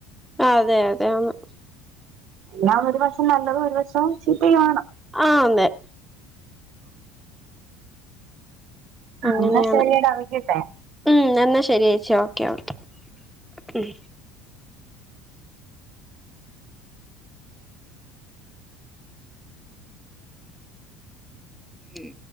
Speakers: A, in the centre; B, on the right.
A: അതെ അതെ ആന്ന്
B: എല്ലാം ഒരു വശം നല്ലതും ഒരു വശവും ചീത്തയു ആണ്.
A: ആഹ് അതെ അങ്ങനെയാണ്
B: എന്നാ ശരിയെടാ വെക്കട്ടെ
A: ഉം എന്നാ ശരിയേച്ചി ഓക്കെ ഓക്കെ ഉം ഉം